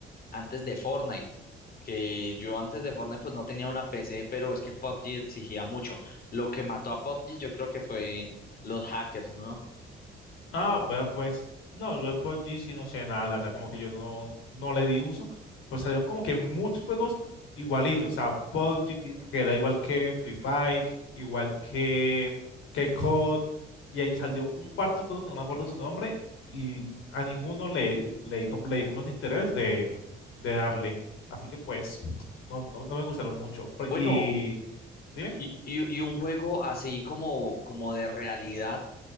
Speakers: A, on the left; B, on the left.
A: antes de Fortnite. Que yo antes de Fortnite pues no tenía una PC, pero es que PUBG exigía mucho. Lo que mató a PUBG yo creo que fue los hackers, ¿no?
B: Ah, bueno, pues, no, yo de PUBG sí no sé nada, la verdad, como que yo no, no le di uso, pero salieron como que muchos juegos igualitos, o sea, PUBG que, que era igual que Free Fire, igual que, que COD, y ahí salió un cuarto juego que no me acuerdo su nombre, y a ninguno le, le, di como- le di como ese interés de, de darle, así que pues, no, no, no me gustaron mucho, Pero-
A: Bueno,
B: y... dime.
A: y, y, y un juego así como, como de realidad